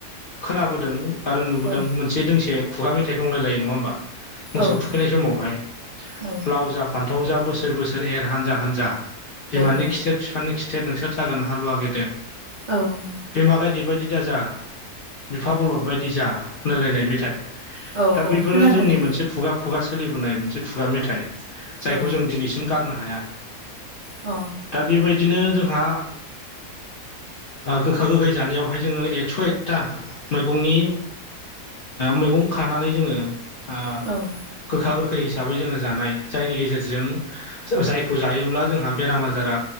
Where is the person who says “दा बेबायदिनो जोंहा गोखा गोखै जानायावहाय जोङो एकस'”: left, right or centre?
Left